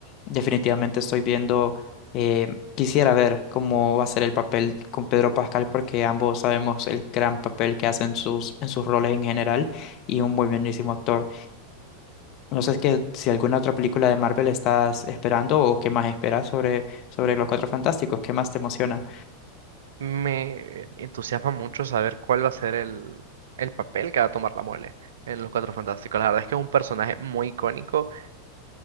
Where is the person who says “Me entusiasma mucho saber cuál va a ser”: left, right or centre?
Right